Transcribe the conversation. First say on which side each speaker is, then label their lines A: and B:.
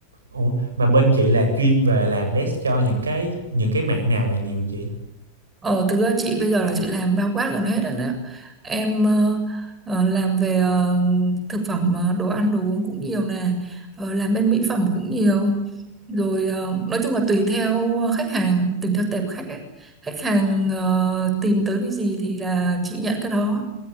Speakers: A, on the right; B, on the right.
A: Ủa, mà bên chị là chuyên về làm desk cho những cái những cái mạng nào là nhiều chị?
B: Ờ, thực ra chị bây giờ là chị làm bao quát gần hết rồi đấy. Em ờ, ờ, làm về ờ, thực phẩm, ờ, đồ ăn, đồ uống cũng nhiều nè. Ờ, làm bên mỹ phẩm cũng nhiều. Rồi ờ, nói chung là tùy theo khách hàng, tùy theo tệp khách ấy. Khách hàng ờ, tìm tới cái gì thì là chị nhận cái đó